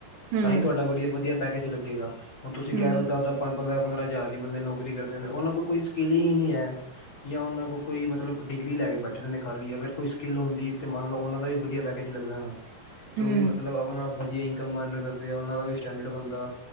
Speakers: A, on the right; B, on the left.
A: ਹਮ
B: ਤਾਂ ਈ ਤੁਆਡਾ ਵਧੀਆ ਵਧੀਆ ਪੈਕੇਜ ਲੱਗੇਗਾ। ਹੁਣ ਤੁਸੀਂ
A: ਹਮ
B: ਕਹਿ ਰੇ ਓ ਦਾਅ ਦਾਅ ਪੰਨ ਪੰਦਰਾਂ ਪੰਦਰਾਂ ਹਜ਼ਾਰ ਦੀ ਬੰਦੇ ਨੌਕਰੀ ਕਰਦੇ ਨੇ ਓਨਾਂ ਕੋਲ ਕੋਈ ਸਕਿੱਲ ਹੀ ਨੀ ਐ। ਯਾਂ ਓਨਾਂ ਕੋ ਕੋਈ ਮਤਲਬ ਡਿਗਰੀ ਲੈ ਕੇ ਬੈਠੇ ਰੈਂਦੇ ਖਾਲੀ ਅਗਰ ਕੋਈ ਸਕਿੱਲ ਹੋਂਦੀ ਤੇ ਮੰਨ ਲੋ ਓਨਾਂ ਦਾ ਵੀ ਵਧੀਆ ਬੈ ਲੱਗਦਾ ਨਾ ਤੇ
A: ਹਮ
B: ਓ ਵੀ ਮਤਲਬ ਆਪਣਾ ਵਧੀਆ ਇਨਕਮ ਅਰਨ ਕਰਦੇ ਓਨਾ ਦਾ ਵੀ ਸਟੈਂਡਰਡ ਬਣਦਾ